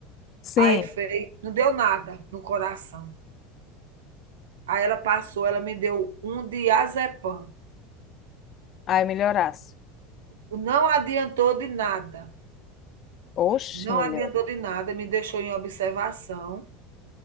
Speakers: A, on the left; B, on the right.
A: Sim,
B: aí fez, não deu nada no coração. Aí ela passou, ela me deu um diazepam.
A: aí melhorasse.
B: Não adiantou de nada,
A: Oxe,
B: não
A: mulher.
B: adiantou de nada, me deixou em observação